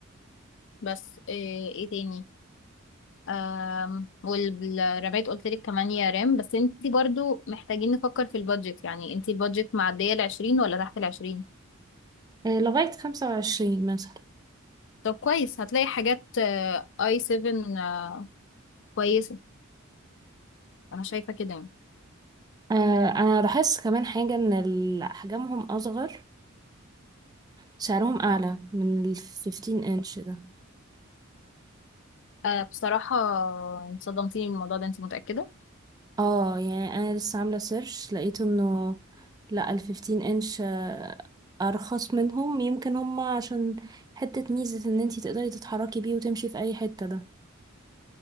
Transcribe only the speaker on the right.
آه، لغاية خمسة وعشرين مثلا
آه، أنا لاحظت كمان حاجة إن ال- أحجامهم أصغر سعرهم أعلى من الفيفتين إنش ده
اه يعني أنا لسه عاملة سيرش لقيت إنه لأ الفيفتين إنش آه، أرخص منهم يمكن هما عشان حتة ميزة إن انتي تقدري تتحركي بيه وتمشي في أي حتة ده